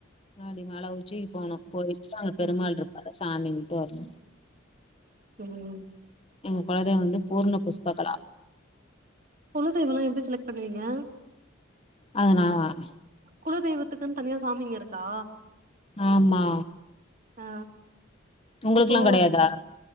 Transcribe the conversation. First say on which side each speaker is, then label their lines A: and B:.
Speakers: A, on the left; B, on the right.
A: அப்டி மல உச்சிக் போனோ பொயிட்டு அங்க பெருமாள்
B: ம்
A: இருப்பாரு சாமின்டு வர்னு
B: ம்
A: எங் கொலதெய்வ வந்து பூர்ண
B: சேரி
A: புஷ்ப்பகலா
B: குல தெய்வலா எப்டி செலெக்ட் பண்ணுவிங்க
A: அதனால வர
B: குலதெய்வத்துக்குன் தனியா சாமிங்க இருக்கா
A: ஆமா
B: அ
A: உங்களுக்குல்லா
B: இப்போ
A: கெடையாதா